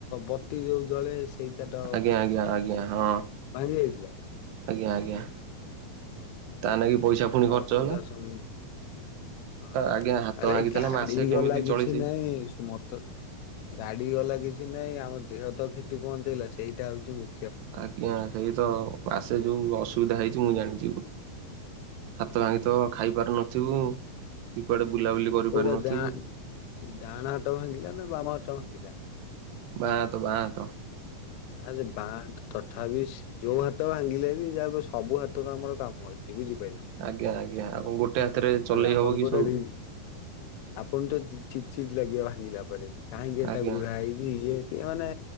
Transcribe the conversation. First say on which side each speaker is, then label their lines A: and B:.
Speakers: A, on the left; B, on the right.
A: ବତି ଯୋଉ ଜଳେ ସେଇଟା ଟ
B: ଆଜ୍ଞା ଆଜ୍ଞା ଆଜ୍ଞା ହଁ
A: ଭାଙ୍ଗି ଯାଇଥିଲା।
B: ଆଜ୍ଞା ଆଜ୍ଞା। ତା ନାଗି ପଇସା
A: ହଁ
B: ପୁଣି
A: ତାହେଲେ
B: ଖର୍ଚ୍ଚ
A: ଅସୁବିଧା
B: ହେଲା।
A: ସମ୍ମୁଖୀନ ହଁ
B: ଆଜ୍ଞା ହାତ
A: ଆରେ
B: ଭାଙ୍ଗିଥିଲା
A: ଗାଡି
B: ମାସେ କେମିତି
A: ଗଲା କିଛି
B: ଚଳିଛି।
A: ନାଇଁ ସୁ ମତ ଗାଡି ଗଲା କିଛି ନହିଁ ଆମ ଦେହ ତ କ୍ଷତି ପହଞ୍ଚେଇଲା ସେଇଟା ହଉଛି ମୁ
B: ଆଜ୍ଞା ସେଇ ତ ଆସେ ଯୋଉ ଅସୁବିଧା ହେଇଛି ମୁଁ ଜାଣିଛି। ହାତ ଭାଙ୍ଗିଥିବ ଖାଇ ପାରୁ ନଥିବୁ କି କୁଆଡେ ବୁଲାବୁଲି କରିପାରୁନଥିବୁ
A: କୋଉଟାା ଡ଼ା ଡାଆଣା ହାତକଭାଙ୍ଗିଲା ନା ବାମ ହାଟ ଭାଙ୍ଗିଲା।
B: ବାଁ ହାତ ବାଁ ହାତ।
A: ଆଁ ସେ ବା ତଥାପି ଯୋଉ ହାତ ଭାଙ୍ଗିଲେ ବି ଯାହା ସବୁ ହାତର ଆମର କାମ ଅଛି। ସେ ବୁଝିପାଇଲ।
B: ଆଜ୍ଞା ଆଜ୍ଞା ଆଉ କଣ ଗୋଟେ ହାତ ରେ ଚଲେଇ
A: ଆପଣଙ୍କୁ
B: ହବ କି
A: ଗୋଟେ
B: ସବୁ।
A: ରି ଆପଣ ତ ଚିଟ ଚିଟ୍ ଲାଗିବ ଭାଙ୍ଗିଲା ପରେ କାହିଁକି
B: ଆଜ୍ଞା
A: ତା ଗୁଢା ହେଇଛି ଇଏ। କିଏ ମାନେ